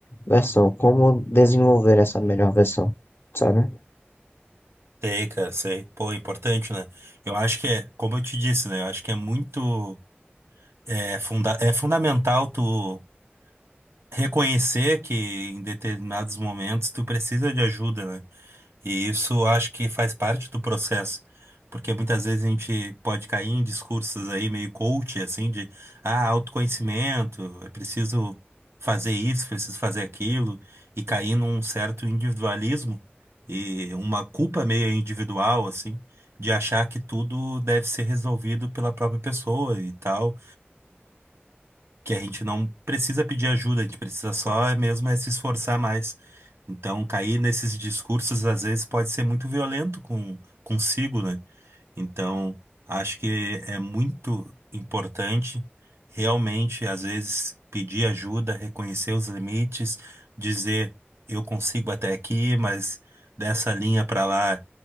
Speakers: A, on the left; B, on the right.
A: versão, como desenvolver essa melhor versão, sabe?
B: Sei, cara, sei. Pô, é importante, né? Eu acho que é, como eu te disse, né? Eu acho que é muito, é, funda é fundamental tu reconhecer que em determinados momentos tu precisa de ajuda, né? E isso acho que faz parte do processo, porque muitas vezes a gente pode cair em discursos aí meio coach, assim, de ah, autoconhecimento, é preciso fazer isso, preciso fazer aquilo, e cair num certo individualismo e uma culpa meio individual, assim, de achar que tudo deve ser resolvido pela própria pessoa e tal que a gente não precisa pedir ajuda, a gente precisa só é mesmo é se esforçar mais. Então, cair nesses discursos às vezes pode ser muito violento com consigo, né? Então, acho que é muito importante realmente às vezes pedir ajuda, reconhecer os limites, dizer eu consigo até aqui, mas dessa linha para lá